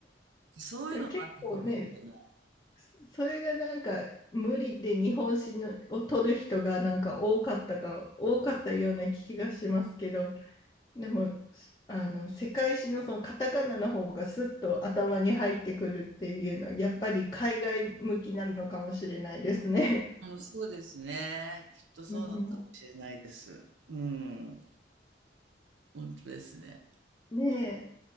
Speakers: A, on the right; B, on the left.
A: そういうのもあったかもしれない。
B: 結構ね、それがなんか無理で日本史のを取る人がなんか多かったか、多かったような気がしますけど、でも、すあの、世界史のそのカタカナの方がスッと頭に入ってくるっていうのは、やっぱり海外向きなのかもしれないですね。
A: うん、そうですね。きっとそうなのかもしれないです。
B: <laughs> うん、
A: うん。本当ですね。
B: <laughs> ねえ。